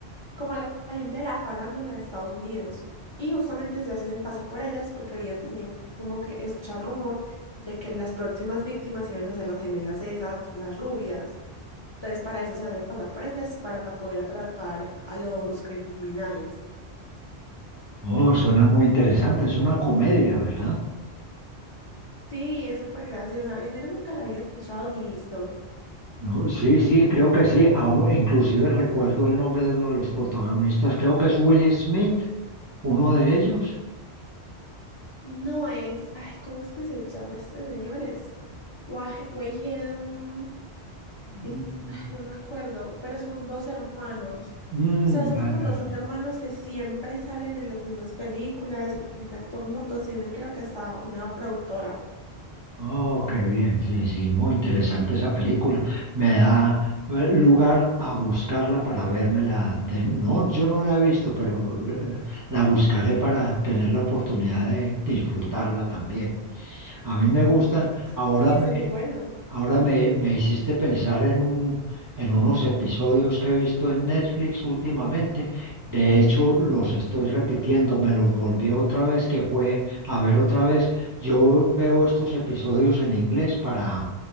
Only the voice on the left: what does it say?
como a la la gente de la farándula de Estados Unidos y justamente se hacen pasar por ellas porque habían tenido como que escuchar el rumor de que las próximas víctimas iban a ser las gemelas esas, las rubias. Entonces para eso se hacen pasar por ellas para poder atrapar a los criminales.
Sí, es súper graciosa. En serio nunca la había escuchado ni visto.
No es, ay, ¿cómo es que se llama este señor? Es Wah- Wayham es-
ay, no me acuerdo, pero son dos hermanos.
O sea, son
como
dos
hermanos que siempre salen en las mismas películas, siempre actúan juntos, tienen creo que hasta una productora.
Sí, esa
es muy buena.